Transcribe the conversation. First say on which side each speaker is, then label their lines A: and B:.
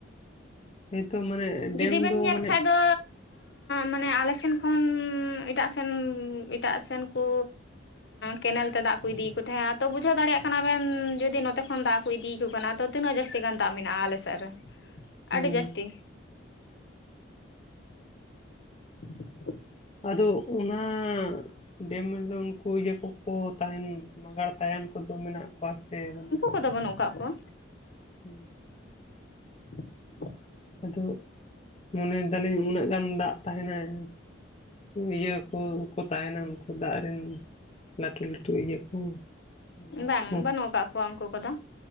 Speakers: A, on the left; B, on the left.
A: ᱦᱮᱸ ᱛᱚ ᱢᱟᱱᱮ
B: ᱡᱩᱫᱤ
A: ᱰᱮᱢ
B: ᱵᱮᱱ
A: ᱫᱚ
B: ᱧᱮᱞ
A: ᱢᱟᱱᱮ
B: ᱠᱷᱟᱡ ᱫᱚ ᱢᱟᱱᱮ ᱟᱞᱮ ᱥᱮᱱ ᱠᱷᱚᱱ ᱮᱴᱟᱜ ᱥᱮᱱ ᱮᱴᱟᱜ ᱥᱮᱱ ᱠᱚ ᱠᱮᱱᱮᱞ ᱛᱮ ᱫᱟᱜ ᱠᱚ ᱤᱫᱤᱭ ᱠᱚ ᱛᱟᱦᱮᱸᱫᱼᱟ ᱛᱚ ᱵᱩᱡᱷᱟᱹᱣ ᱫᱟᱲᱮᱭᱟᱜ ᱠᱟᱱᱟ ᱵᱮᱱ ᱡᱩᱫᱤ ᱱᱚᱛᱮ ᱠᱷᱚᱱ ᱫᱟᱜ ᱠᱚ ᱤᱫᱤᱭᱟ ᱟᱠᱚ ᱠᱟᱱᱟ ᱛᱚ ᱛᱤᱱᱟᱹᱜ ᱡᱟᱹᱥᱛᱤ ᱜᱟᱱ ᱫᱟᱜ ᱢᱮᱱᱟᱜᱼᱟ ᱟᱞᱮᱥᱮᱫ ᱨᱮ
A: ᱦᱩᱸ
B: ᱟᱹᱰᱤ ᱡᱟᱹᱥᱛᱤ <unintelligible>
A: ᱟᱫᱚ ᱚᱱᱟ ᱰᱮᱢ ᱨᱮᱫᱚ ᱩᱱᱠᱩ ᱤᱭᱟᱹ ᱠᱚᱠᱚ ᱛᱟᱦᱮᱱ ᱢᱟᱜᱟᱲ ᱛᱟᱭᱟᱱ ᱠᱚᱫᱚ ᱢᱮᱱᱟᱜ ᱠᱚᱣᱟ ᱥᱮ ᱵᱟᱹᱱᱩᱜ
B: ᱚᱠᱩ ᱠᱚᱫᱚ ᱵᱟᱹᱱᱩᱜ ᱟᱠᱟᱫ ᱠᱚᱣᱟ
A: ᱦᱩᱸ
B: <inaudible>
A: ᱟᱫᱚ ᱢᱚᱱᱮ ᱮᱫᱟ ᱞᱤᱧ ᱩᱱᱟᱹᱜ ᱜᱟᱱ ᱫᱟᱜ ᱛᱟᱦᱮᱸ ᱱᱟᱭ ᱤᱭᱟᱹ ᱠᱚᱠᱚ ᱛᱟᱦᱮᱱᱟ ᱩᱱᱠᱩ ᱫᱟᱜ ᱨᱤᱱ ᱞᱟᱹᱴᱩ ᱞᱟᱹᱴᱩ ᱤᱭᱟᱹ ᱠᱚ ᱡᱟᱱᱣᱟᱨ
B: ᱵᱟᱝ
A: ᱠᱚ
B: ᱵᱟᱹᱱᱩᱜ ᱟᱠᱟᱜ ᱠᱚᱣᱟ ᱩᱱᱠᱩ ᱠᱚ ᱫᱚ